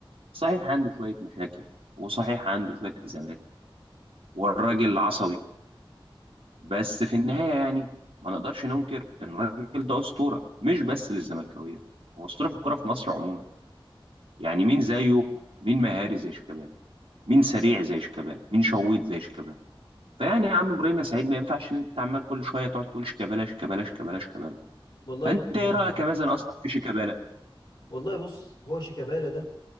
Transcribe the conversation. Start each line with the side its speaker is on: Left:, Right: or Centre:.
Right: صحيح عنده شويه مشاكل وصحيح عنده شويه ازمات والراجل عصبي بس في النهاية يعني ما نقدرش ننكر إن الراجل ده أسطورة مش بس للزملكاوية هو أسطورة في الكرة في مصر عموما يعني مين زيه مين مهاري زي شيكابالا مين سريع زي شيكابالا مين شويط زي شيكابالا فيعني يا عم إبراهيم يا سعيد ما ينفعش إن أنت عمال كل شوية تقعد تقول شيكابالا شيكابالا شيكابالا شيكابالا
Left: والله
Right: فأنت
Left: بص يا صاحبي
Right: إيه رأيك مثلا أصلا في شيكابالا؟
Left: والله بص هو شيكابالا ده